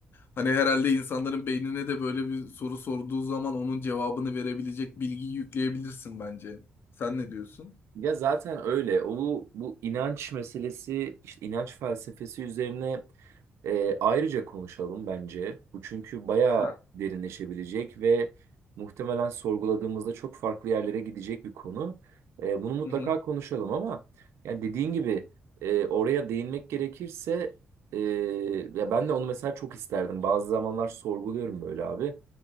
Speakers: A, on the left; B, on the right.
A: hani herhalde insanların beynine de böyle bir soru sorduğu zaman onun cevabını verebilecek bilgiyi yükleyebilirsin bence. Sen ne diyorsun?
B: Ya zaten öyle. O bu, bu inanç meselesi, işte inanç felsefesi üzerine e, ayrıca konuşalım bence. Bu çünkü bayağı
A: Aha.
B: derinleşebilecek ve muhtemelen sorguladığımızda çok farklı yerlere gidecek bir konu. E, bunu mutlaka
A: Hı hı.
B: konuşalım ama yani dediğin gibi e, oraya değinmek gerekirse e, ya ben de onu mesela çok isterdim. Bazı zamanlar sorguluyorum böyle abi.